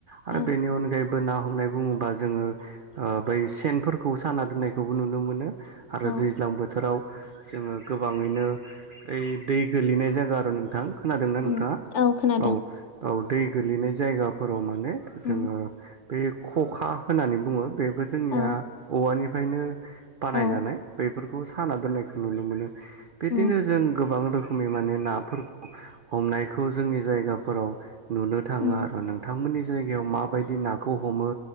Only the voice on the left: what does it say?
औ
औ
उम
खोनादों
उम
औ
औ
उम
उम